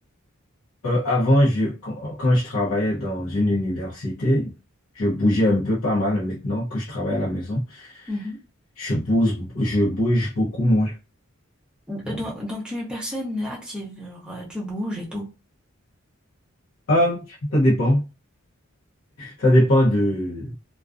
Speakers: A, on the left; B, in the centre.
A: Euh, avant, je, quand, quand je travaillais dans une université, je bougeais un peu pas mal. Maintenant que je travaille à la maison,
B: Mhm.
A: je bouge, je bouge beaucoup moins.
B: Euh,
A: Donc,
B: Donc, donc, tu es une personne active, genre, euh, tu bouges et tout.
A: ah, ça dépend. Ça dépend de,